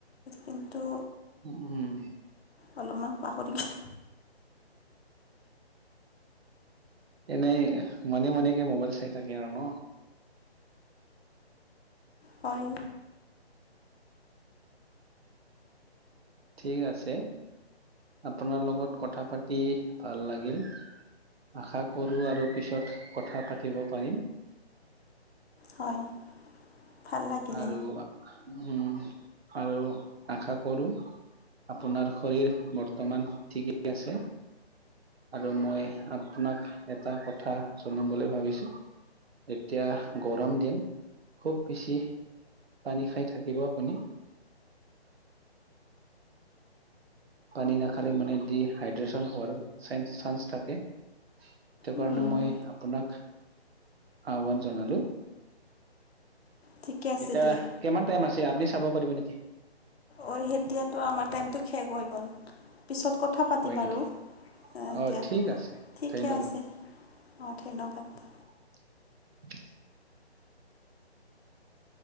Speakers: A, on the left; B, on the right.
A: কিন্তু
B: উম।
A: অলপমান পাহৰি গ'লোঁ
B: এনেই মনে মনেকে মোবাইল চাই থাকে আৰু ন।
A: হয়।
B: ঠিক আছে। আপোনাৰ লগত কথা পাতি ভাল লাগিল। আশা কৰোঁ আৰু পিছত কথা পাতিব পাৰিম।
A: হয়। ভাল লাগিলে
B: আৰু উম, আৰু আশা কৰোঁ। আপোনাৰ শৰীৰ বৰ্তমান ঠিকেই আছে? আৰু মই আপোনাক এটা কথা জনাম বুলি ভাবিছোঁ। এতিয়া গৰম দিন। খুব বেছি পানী খাই থাকিব আপুনি। পানী নাখালে মানে ডিহাইড্ৰেচন হোৱাৰ চেন-চানস থাকে। সেইটো কাৰণে
A: উম,
B: মই আপোনাক আহ্বান জনালোঁ।
A: ঠিকে আছে
B: এতিয়া
A: দিয়া
B: কিমান টাইম আছে আপুনি চাব পাৰিব নেকি?
A: অ' এতিয়াতো আমাৰ টাইমটো শেষ হৈ গ'ল, পিছত কথা পাতিম
B: হয় নেকি
A: আৰু। অ'
B: অঁ
A: দিয়া।
B: ঠিক আছে
A: ঠিকে
B: ধন্যবাদ
A: আছে। অ' ধন্যবাদ।
B: <inaudible>